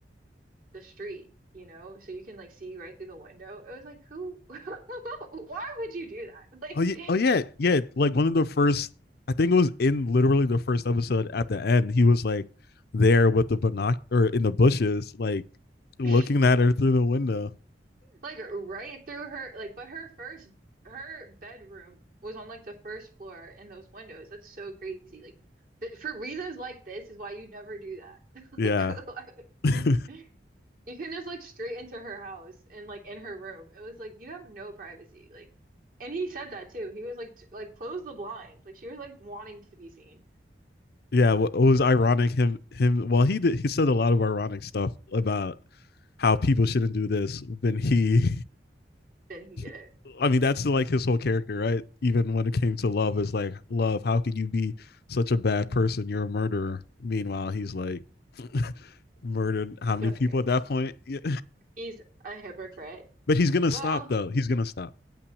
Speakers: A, on the right; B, on the left.
A: the street, you know, so you can like see right through the window. It was like, who, <laughs> why would you do that? Like,
B: Oh yeah, oh yeah, yeah. Like one of the first, I think it was in literally the first episode. At the end, he was like there with the binoc or in the bushes, like looking
A: <laughs>
B: at her through the window.
A: like right through her, like, but her first, her bedroom was on like the first floor and those windows. That's so crazy. Like, th for reasons like this is why you never do that. <laughs> Like,
B: Yeah,
A: <laughs>
B: <laughs>
A: you you can just like straight into her house and like in her room. It was like, you have no privacy. Like, and he said that too. He was like, t like close the blinds. Like she was like wanting to be seen.
B: yeah. It was ironic. Him, him. Well, he did. He said a lot of ironic stuff about how people shouldn't do this. Then he,
A: then he did it.
B: <laughs> I mean, that's like his whole character, right? Even when it came to love, is like love. How could you be such a bad person? You're a murderer. Meanwhile, he's like, <laughs> murdered how many
A: Doing
B: people
A: it.
B: at that point? Yeah.
A: He's a hypocrite.
B: <laughs> but he's gonna
A: Well,
B: stop though. He's gonna stop.